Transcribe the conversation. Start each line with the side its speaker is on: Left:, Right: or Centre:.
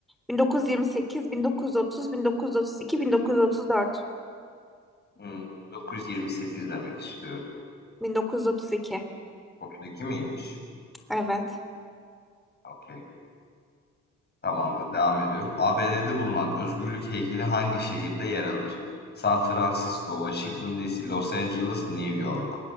Centre: 1928, 1930, 1932, 1934,
Left: Hmm, 928 demek istiyorum.
Centre: 1932.
Left: 32 miymiş?
Centre: Evet.
Left: Okey. Tamamdır, devam ediyorum. ABD'de bulunan Özgürlük heykeli hangi şehirde yer alır? San Francisco, Washington DC, Los Angeles, New York.